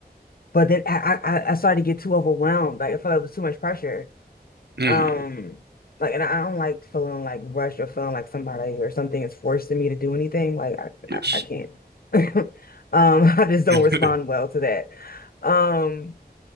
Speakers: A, on the left; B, on the right.
A: But then I, I I started to get too overwhelmed. Like I felt like it was too much pressure.
B: mm,
A: Um, like and I don't like feeling like rushed or feeling like somebody or something is forcing me to do anything. Like I
B: yes.
A: I, I can't. <laughs> Um, I just don't
B: <laughs>
A: respond well to that. Um,